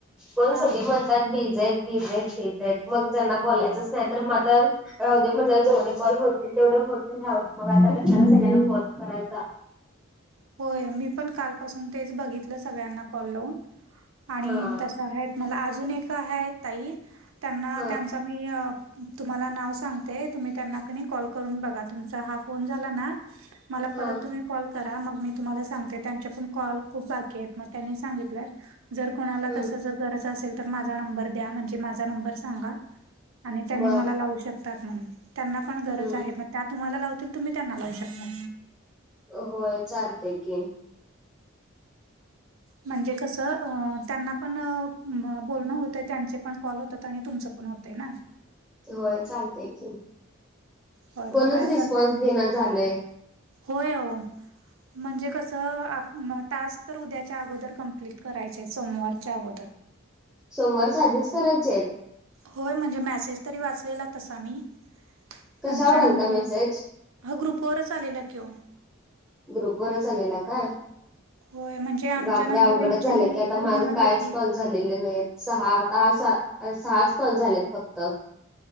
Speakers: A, in the centre; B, on the right (about 80°).
A: पण
B: हां
A: सगळे म्हणतात बिजेत बिजेत बिजेत मग त्यांना बोलायचंच नाही तर म आता. राहुदे म्हणलं जेवढे कॉल होतील तेवढे होतील रावते मग आता कशाला सगळ्यांना फोन करायचा.
B: होय मी पण कालपासून तेच बघितलं सगळ्यांना कॉल लावून. आणि
A: हा
B: तस आहेत मला अजून एक आहेत ताई त्यांना
A: हा
B: त्यांचा तर मी तुम्हाला नाव सांगते तुम्ही त्यांनाकणी कॉल करून बघा तुमचा हा फोन झाला ना मला
A: हा
B: परत तुम्ही कॉल करा मग मी तुम्हाला सांगते त्यांचे पण कॉल खूप बाकी आहेत मग त्यांनी सांगितलं जर कोणाला
A: हम्म
B: तसं जर असेल तर माझा नंबर द्या म्हणजे माझा नंबर सांगा त्यांनी
A: बर
B: मला लावु शक तात म्हणून, त्यांना पण गरज
A: हम्म
B: आहे, मग त्या तुम्हाला लावतील तुम्ही त्यांना लावू शकता.
A: होय चालते की.
B: म्हणजे कसं, त्यांना पण अ बोलणं होतंय, त्यांचे पण कॉल होतात आणि तुमचं पण होतय ना.
A: होय चालतय की,
B: होय
A: कोणच
B: मग काय
A: रिस्पॉन्स
B: करताय आणि
A: देईना झालंय.
B: होय ओ. म्हणजे कसं, आ टास्क तर उद्याच्या अगोदर कम्प्लीट करायचे आहे, सोमवारच्या अगोदर.
A: सोमवारच्या आधीच करायचेत?
B: होय म्हणजे मेसेज तरी वाचलेला तसा मी.
A: कशावर
B: आमच्या नंदुबाई,
A: आलता मेसेज
B: ह ग्रुपवरच आलेला कि हो.
A: ग्रुपवरच आलेला का?
B: होय म्हणजे आमच्या
A: बापरे!
B: नंदुबाईंची
A: अवघडच झालं
B: मुलगी
A: की आता
B: तरी
A: माझं
B: म्हणत
A: कायच
B: होती
A: कॉल झालेले नाही, सहाहा सहाच कॉल झालेत फक्त.